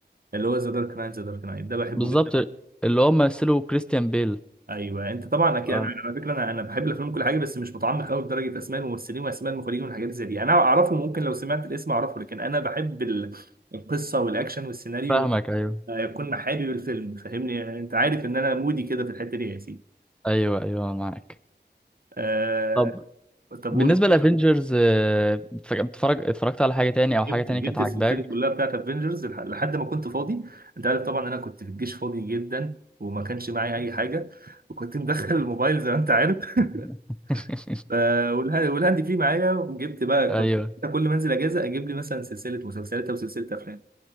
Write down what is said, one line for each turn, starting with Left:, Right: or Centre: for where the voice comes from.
Right: اللي هو ذا دارك نايت ذا دارك نايت ده بحبه
Centre: بالظبط
Right: جدا
Centre: اللي هو مثله كريستيان بيل
Right: ايوه انت طبعا اكيد
Centre: اه
Right: انا على فكره انا انا بحب الافلام كل حاجه بس مش متعمق قوي لدرجه اسماء الممثلين واسماء المخرجين والحاجات زي دي انا اعرفه ممكن لو سمعت الاسم اعرفه لكن انا بحب ال- القصه والاكشن والسيناريو
Centre: فاهمك ايوه
Right: وإن يكون حابب الفيلم فاهمني انت عارف ان انا مودي كده في الحته دي يا سيدي
Centre: ايوه ايوه معاك
Right: آه
Centre: طب
Right: طب
Centre: بالنسبه
Right: قولي
Centre: لافنجرز بتتفرج اتفرجت على حاجه تاني او حاجه
Right: جبت
Centre: تاني
Right: جبت
Centre: كانت عاجباك
Right: السلسله كلها بتاعت افنجرز لحد ما كنت فاضي انت عارف طبعا انا كنت في الجيش فاضي جدا وما كانش معايا اي حاجه وكنت مدخل <laughs> الموبايل زي ما انت عارف <laughs>
Centre: <laughs>
Right: ف- والها- والهاند فري معايا وجبت بقى
Centre: ايوه
Right: كنت كل ما انزل اجازه اجيب لي مثلا سلسله مسلسلات او سلسله افلام